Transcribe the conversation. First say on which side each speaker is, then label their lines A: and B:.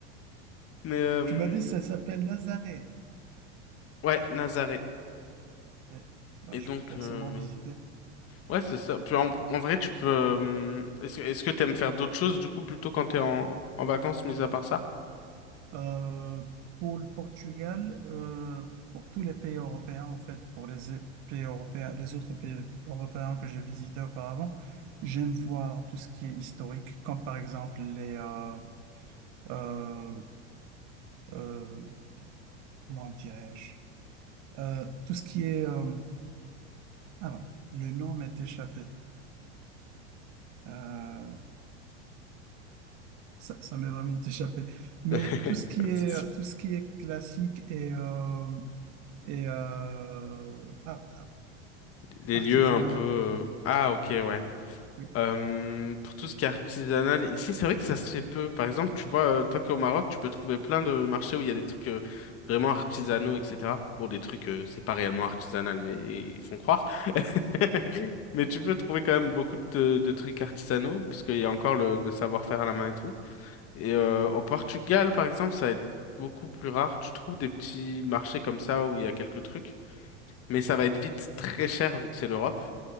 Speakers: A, on the left; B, on the right.
A: Mais, euh,
B: Tu m'as dit que ça s'appelle Nazaré.
A: ouais, Nazaré.
B: Je fais, bah,
A: Et
B: je
A: donc,
B: vais forcément
A: euh,
B: visiter
A: Ouais, c'est ça. Puis en, en vrai, tu peux. euh, Est-ce que est-ce que t'aimes faire d'autres choses du coup plutôt quand t'es en, en vacances, mis à part ça?
B: Euh, pour le Portugal, euh, pour tous les pays européens, en fait, pour les é- pays européens, les autres pays européens que j'ai visités auparavant, j'aime voir tout ce qui est historique, comme par exemple les, euh, euh, euh, comment dirais-je, Euh, tout ce qui est, euh, alors, le nom m'est échappé. Euh, ça, ça m'est vraiment <laughs> échappé. Mais
A: <laughs>
B: tout ce qui
A: Pas de
B: est,
A: souci.
B: tout ce qui est classique et, euh, et euh, ar- ar-
A: Les
B: artisanal.
A: lieux un peu. euh, Ah, ok, ouais.
B: Oui.
A: Euh, pour tout ce qui est artisanal, ici, c'est vrai que ça se fait peu. Par exemple, tu vois, euh, toi qui es au Maroc, tu peux trouver plein de marchés où il y a des trucs euh, vraiment artisanaux, etc. Pour des trucs, euh, c'est pas réellement artisanal, mais ils font croire. <laughs> Mais tu peux trouver quand même beaucoup de, de trucs artisanaux, parce qu'il y a encore le, le savoir-faire à la main et tout. Et euh, au Portugal, par exemple, ça va être beaucoup plus rare. Tu trouves des petits marchés comme ça où il y a quelques trucs, mais ça va être vite très cher vu que c'est l'Europe.